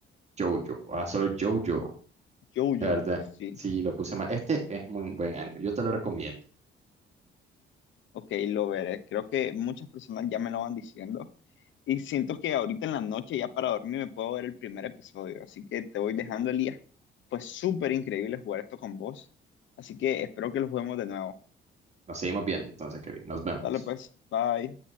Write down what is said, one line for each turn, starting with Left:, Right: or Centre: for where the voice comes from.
Right: Jojo. Ah, solo Jojo.
Left: Yoyo,
Right: La verdad,
Left: sí,
Right: sí, lo puse mal. Este es muy buen anime. Yo te lo recomiendo.
Left: Ok, lo veré. Creo que muchas personas ya me lo van diciendo. Y siento que ahorita en la noche, ya para dormir, me puedo ver el primer episodio. Así que te voy dejando, Elías. Fue súper increíble jugar esto con vos. Así que espero que lo juguemos de nuevo.
Right: Nos seguimos viendo, entonces, Kevin. Nos vemos.
Left: Dale pues, bye.